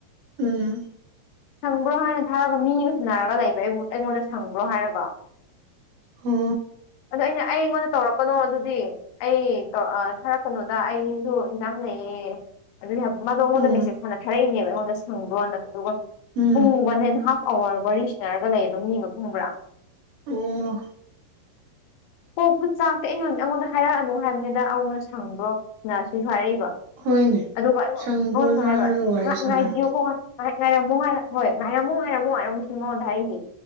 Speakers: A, on the right (about 75°); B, on the left (about 80°).
A: ꯎꯝ꯫
B: ꯁꯪꯕ꯭ꯔꯣ ꯍꯥꯏꯅ ꯊꯥꯔꯒ ꯃꯤꯒ ꯁꯟꯅꯔꯒ ꯂꯩꯕ ꯑꯩꯕꯨ ꯑꯩꯉꯣꯟꯗ ꯁꯪꯕ꯭ꯔꯣ ꯍꯥꯏꯔꯒ
A: ꯍꯣ
B: ꯑꯗꯣ ꯑꯩꯅ ꯑꯩꯉꯣꯟꯗ ꯇꯧꯔꯛꯀꯥꯅꯣ ꯑꯗꯨꯗꯤ ꯑꯩ ꯇꯧꯔꯛ ꯑꯥ ꯊꯥꯔꯛꯀꯅꯣꯗ ꯑꯩꯁꯨ ꯑꯦꯛꯖꯥꯝ ꯂꯩꯌꯦ ꯑꯗꯨꯗꯤꯍꯥꯏꯕ ꯃꯥꯗꯣ ꯑꯩꯉꯣꯟꯗ
A: ꯎꯝ
B: ꯃꯦꯁꯦꯖ ꯍꯥꯟꯅ ꯊꯥꯔꯛꯏꯅꯦꯕ ꯑꯩꯉꯣꯟꯗ ꯐꯪꯕ꯭ꯔꯣꯅ ꯑꯗꯨꯒ
A: ꯎꯝ
B: ꯄꯨꯡ ꯋꯥꯟ ꯑꯦꯟ ꯍꯥꯐ ꯑꯋꯥꯔ ꯋꯥꯔꯤ ꯁꯤꯟꯅꯔꯒ ꯂꯩꯌꯦꯕ ꯃꯤꯒ ꯈꯪꯕ꯭ꯔꯥ
A: ꯎꯝ
B: ꯄꯣꯛꯄ ꯆꯥꯛꯇꯤ ꯑꯩꯉꯣꯟ ꯑꯩꯉꯣꯟꯗ ꯍꯥꯏꯔꯛꯑꯅꯨ ꯍꯥꯏꯕꯅꯤꯗ ꯑꯉꯣꯟꯅ ꯁꯪꯕ꯭ꯔꯣꯅ ꯁꯤꯁꯨ ꯍꯥꯏꯔꯛꯏꯕ
A: ꯍꯣꯏꯅꯦ
B: ꯑꯗꯨꯒ ꯑꯩꯉ
A: ꯁꯪꯕ꯭ꯔꯣꯁꯨ
B: ꯑꯩꯉꯣꯟ ꯁꯨꯃꯥꯏ ꯍꯥꯏꯕ
A: ꯍꯥꯏꯔꯒ ꯋꯥꯔꯤ
B: ꯉꯍꯥꯛ ꯅꯨꯡꯉꯥꯏꯕꯤꯌꯨꯀꯣ
A: ꯁꯥꯟꯅꯔꯗꯤ
B: ꯍꯣꯏ ꯉꯥꯏꯔꯝꯃꯣ ꯉꯥꯏꯔ ꯍꯣꯏ ꯉꯥꯏꯔꯝꯃꯣ ꯉꯥꯏꯔꯝꯃꯣ ꯉꯏꯔꯝꯃꯣ ꯁꯤ ꯃꯉꯣꯟꯗ ꯍꯥꯏꯔꯤꯁꯤ